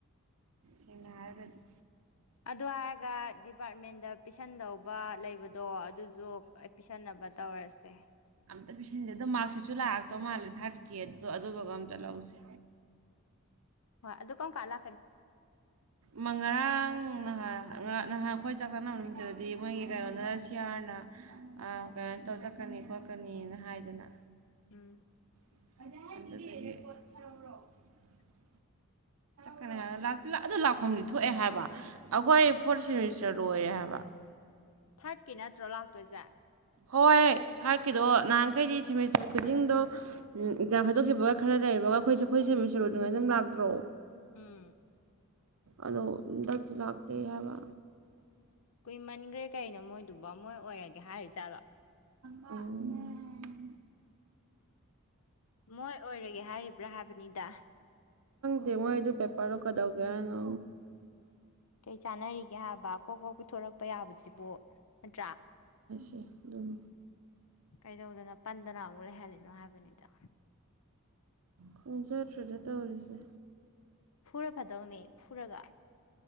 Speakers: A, on the right; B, on the left.
A: ꯁꯩꯅ ꯍꯥꯏꯔꯒꯗꯤ
B: ꯑꯗꯨ ꯍꯥꯏꯔꯒ ꯗꯤꯄꯥꯔꯠꯃꯦꯟꯗ ꯄꯤꯁꯟꯗꯧꯕ ꯂꯩꯕ ꯑꯗꯣ ꯑꯗꯨꯁꯨ ꯑꯩ ꯄꯤꯁꯟꯅꯕ ꯇꯧꯔꯁꯦ
A: ꯑ ꯄꯦꯁꯦꯟꯁꯦ ꯑꯗꯨꯗ ꯃꯔꯁꯁꯤꯁꯨ ꯂꯥꯛꯑꯛꯇꯧ ꯃꯥꯜꯂꯦ ꯊꯥꯔꯠꯀꯤꯦ ꯑꯗꯨꯗꯣ ꯑꯗꯨꯗꯨꯒ ꯑꯝꯇ ꯂꯧꯁꯦ
B: ꯍꯣꯏ ꯑꯗꯨ ꯀꯣꯟ ꯀꯂ
A: ꯃ ꯉꯔꯥꯡꯍꯣꯏ ꯅꯍꯥꯟ ꯑꯩꯈꯣꯏ ꯆꯥꯛ ꯆꯥꯟꯅꯕ ꯅꯨꯃꯤꯠꯇꯗꯗꯤ ꯃꯣꯏꯒꯤ ꯀꯩꯅꯣꯅ ꯁꯤꯌꯥꯔꯅ ꯀꯩꯅꯣ ꯇꯧꯔ ꯆꯠꯀꯅꯤ ꯈꯠꯀ ꯈꯣꯠꯀꯅꯤꯅ ꯍꯥꯏꯗꯅ
B: ꯎꯝ
A: <unintelligible>
B: <unintelligible>
A: ꯀꯅꯤ ꯑꯗꯨ ꯂꯥꯛꯐꯝꯗꯤ ꯊꯣꯛꯑꯦ ꯍꯥꯏꯕ ꯑꯩꯈꯣꯏ ꯐꯣꯔꯠ ꯁꯦꯃꯤꯁꯇꯔ ꯂꯣꯏꯔꯦ ꯍꯥꯏꯕ
B: ꯊꯥꯔꯠꯀꯤ ꯅꯠꯇ꯭ꯔꯣ ꯂꯥꯛꯇꯣꯏꯁꯦ
A: ꯍꯣꯏ ꯊꯥꯔꯠꯀꯤꯗꯣ ꯅꯍꯥꯟꯈꯩꯗꯤ ꯁꯦꯃꯤꯁꯇꯔ ꯈꯨꯗꯤꯡꯗꯣ ꯑꯦꯛꯖꯥꯝ ꯍꯥꯏꯗꯣꯛꯈꯤꯕꯒ ꯈꯔ ꯂꯩꯔꯕꯒ ꯑꯩꯈꯣꯏꯁꯦ ꯑꯩꯈꯣꯏ ꯁꯦꯃꯤꯠ ꯁꯔꯨ ꯑꯗꯨꯉꯥꯏ ꯑꯗꯨꯝ ꯂꯥꯛꯇ꯭ꯔꯣ
B: ꯎꯝ
A: ꯑꯗꯣ ꯍꯟꯗꯛꯁꯨ ꯂꯥꯛꯇꯦ ꯍꯥꯏꯕ
B: ꯀꯨꯏꯃꯟꯈ꯭ꯔꯦ ꯀꯩꯅꯣ ꯃꯣꯏꯗꯨꯐꯥꯎ ꯃꯣꯏ ꯑꯣꯏꯔꯒꯦ ꯍꯥꯏꯔꯤꯖꯥꯠꯂꯣ
A: ꯎ
B: ꯃꯣꯏ ꯑꯣꯏꯔꯒꯦ ꯍꯥꯏꯔꯤꯕ꯭ꯔꯥ ꯍꯥꯏꯕꯅꯤꯗ
A: ꯗꯤꯉꯣꯏ ꯑꯩꯗꯨ ꯄꯦꯄꯔꯣ ꯀꯗꯧꯒꯅꯪꯗ
B: ꯆꯥꯅꯔꯤꯒꯦ ꯍꯥꯏꯕ ꯀꯣꯛ ꯀꯣꯛ ꯄꯤꯊꯣꯔꯛꯄ ꯌꯥꯕꯁꯤꯕꯨ ꯅꯠꯇ꯭ꯔꯥ
A: ꯑꯣꯀꯦ ꯑꯗꯨꯝ
B: ꯀꯩꯗꯧꯗꯅ ꯄꯟꯗꯅ ꯑꯃꯨꯛ ꯂꯩꯍꯜꯂꯤꯅꯣ ꯍꯥꯏꯕꯅꯤꯗ
A: ꯈꯣꯡꯖꯠꯇ꯭ꯔꯨꯗ ꯇꯧꯔꯤꯁꯦ
B: ꯐꯨꯔ ꯐꯗꯧꯅꯦ ꯐꯨꯔꯒ